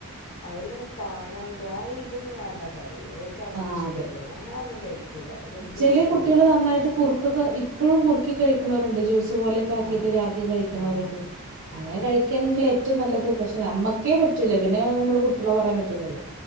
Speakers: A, on the left; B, on the right.
A: അവരിങ്ങനെ കാ ണുംമ്പോ, അയ് ഇതൊന്നും വേണ്ടാന്നറയും. അവ ക്കതൊന്നും
B: ആ
A: ഇഷ്ടല്ല. ഞങ്ങളതൊന്നും കഴിക്കൂല. ഇതെന്ത്
B: ചെലെ
A: ഫുഡ്ഡാണെന്നാറിം
B: കുട്ടികള് നന്നായിട്ട് കുറുക്കൊക്കെ ഇപ്പഴും കുറുക്കി കഴിക്ക്ണോരുണ്ട്. ജ്യൂസ് പോലെക്കെ ആക്കിയിട്ട്
A: ആഹ്
B: രാഗി കഴിക്ക് ണോരുണ്ട്.
A: ആഹ്
B: അങ്ങനെ
A: ആഹ്
B: കഴിക്കാണെങ്കിലെറ്റവും നല്ലത്. പക്ഷെ നമ്മുക്കേ പറ്റൂല്ല. പിന്നെ നമ്മള് കുട്ട്യളെ പറയാൻ പറ്റൂല്ലല്ലോ.